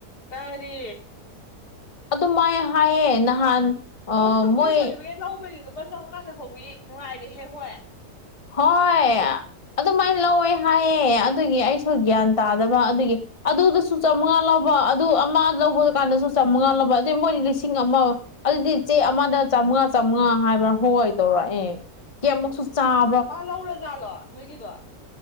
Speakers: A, on the left (about 80°); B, on the left (about 20°).
A: ꯀꯔꯤ
B: ꯑꯗꯨ ꯃꯥꯏ ꯍꯥꯏꯌꯦ ꯅꯍꯥꯟ ꯑꯥ
A: ꯀꯣꯔꯁ ꯀꯝꯄ꯭ꯂꯤꯠ
B: ꯃꯣꯏ
A: ꯁꯥꯔꯇꯤꯐꯤꯀꯦꯠ ꯂꯧꯕꯒꯤ ꯂꯨꯄꯥ ꯆꯥꯝꯃꯉꯥ ꯂꯧ ꯍꯧꯋꯤ ꯅꯨꯡꯉꯥꯏꯔꯦꯍꯦ ꯃꯣꯏ
B: ꯍꯣꯏ ꯑꯗꯨꯃꯥꯏꯟ ꯂꯧꯋꯦ ꯍꯥꯏꯌꯦ ꯑꯗꯨꯒꯤ ꯑꯩꯁꯨ ꯒ꯭ꯌꯥꯟ ꯇꯥꯗꯕ ꯑꯗꯨꯒꯤ ꯑꯗꯨꯗꯁꯨ ꯆꯥꯝꯃꯉꯥ ꯂꯧꯕ ꯑꯗꯨ ꯑꯃ ꯂꯧꯕ ꯀꯥꯟꯗꯁꯨ ꯆꯥꯝꯃꯉꯥ ꯂꯧꯕ ꯑꯗꯩ ꯃꯣꯏꯗꯤ ꯂꯤꯁꯤꯡ ꯑꯃ ꯑꯗꯨꯗꯤ ꯆꯦ ꯑꯃꯗ ꯆꯥꯝꯃꯉꯥ ꯆꯥꯝꯃꯉꯥ ꯍꯥꯏꯕ꯭ꯔꯥ ꯍꯣꯏ ꯇꯧꯔꯛꯑꯦ ꯀꯌꯥꯝꯃꯨꯛꯁꯨ ꯆꯥ
A: ꯃꯥ ꯂꯧꯔ ꯖꯥꯠꯂꯣ ꯅꯣꯏꯒꯤꯗꯣ